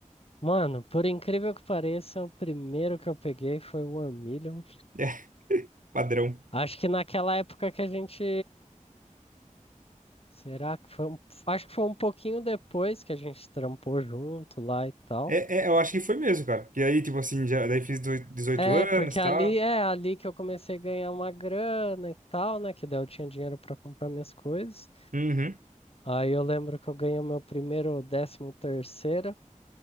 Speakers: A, on the left; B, on the right.
A: Mano, por incrível que pareça, o primeiro que eu peguei foi o One Million.
B: <laughs> É, padrão.
A: Acho que naquela época que a gente Será que foi um... Acho que foi um pouquinho depois que a gente trampou junto lá e tal.
B: É, é, eu acho que foi mesmo, cara. E aí, tipo assim, já, daí fiz doi- dezoito
A: É,
B: anos
A: porque
B: e
A: ali
B: tal.
A: é ali que eu comecei a ganhar uma grana e tal, né? Que daí eu tinha dinheiro pra comprar minhas coisas.
B: Uhum.
A: Aí eu lembro que eu ganhei o meu primeiro décimo terceiro.